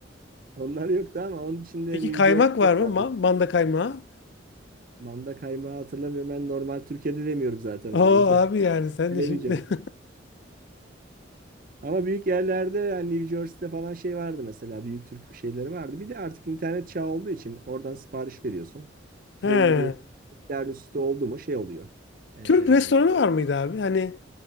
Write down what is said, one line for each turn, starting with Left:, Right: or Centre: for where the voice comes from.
Right: Onlar yoktu ama onun içinde
Left: Peki
Right: New
Left: kaymak
Right: Jersey'de
Left: var mı?
Right: vardı.
Left: Ma- manda kaymağı.
Right: Manda kaymağı hatırlamıyorum. Ben normal Türkiye'de demiyorum zaten
Left: Oo
Right: onu. O yüzden
Left: abi yani
Right: <laughs>
Left: sen
Right: bilemeyeceğim.
Left: de şimdi.
Right: Ama büyük yerlerde yani New Jersey'de falan şey vardı mesela. Büyük Türk şeyleri vardı. Bir de artık internet çağı olduğu için oradan sipariş veriyorsun.
Left: <laughs> He.
Right: Belli bir miktar üstü oldu mu şey oluyor. Ee,
Left: Türk restoranı var mıydı abi? Hani